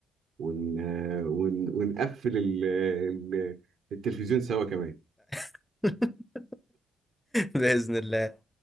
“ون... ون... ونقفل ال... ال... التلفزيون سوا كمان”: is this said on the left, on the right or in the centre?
Right